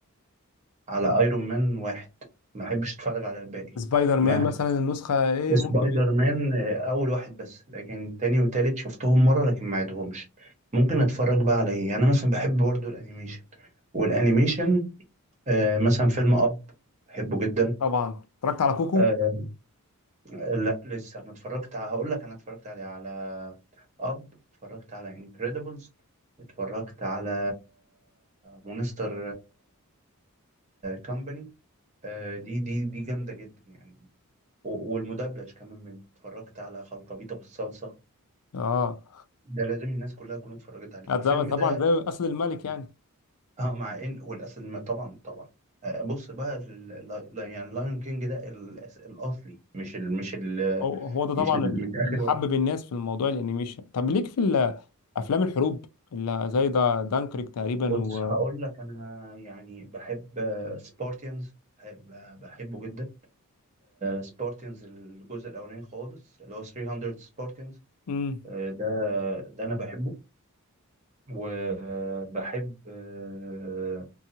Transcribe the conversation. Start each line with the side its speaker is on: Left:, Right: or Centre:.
Right: على ايرون مان واحد ما احبش اتفرج على الباقي
Left: سبايدر مان
Right: ما
Left: مثلا النسخه ايه
Right: سبايدر
Left: ممكن
Right: مان آه، اول واحد بس لكن تاني وتالت شفتهم مره لكن ما عدهمش ممكن اتفرج بقى على ايه انا مثلا بحب برضو الانيميشن والانيميشن آه مثلا فيلم اب بحبه جدا
Left: طبعا اتفرجت على كوكو
Right: آه لا لسه انا اتفرجت على هقول لك انا اتفرجت على على اب اتفرجت على انكريدبلز اتفرجت على مونستر كامباني دي دي دي جامده جدا يعني و- والمدبلج كمان منه اتفرجت على خلطبيطه بالصلصه
Left: اه
Right: ده لازم الناس كلها تكون اتفرجت عليه
Left: طبعا
Right: الفيلم
Left: طبعاً
Right: ده
Left: زي اسد الملك يعني
Right: اه مع ان والاسد ما- طبعا طبعا آه، بص بقى في ال... لا- لا- يعني لايون كينج ده الأس- الاصلي مش ال... مش ال...
Left: هو هو ده طبعا
Right: مش ال...
Left: اللي
Right: مش اخر
Left: حبب
Right: واحد
Left: الناس في الموضوع الانيميشن طب ليك في ال- افلام الحروب اللي زي ده دانكريك تقريبا
Right: بص
Left: و
Right: هقول لك انا يعني بحب سبارتيانز بحب آه، بحبه جدا سبارتيانز الجزء الاولاني خالص اللي هو 300 سبارتيانز
Left: مم.
Right: ده ده انا بحبه وبحب آه،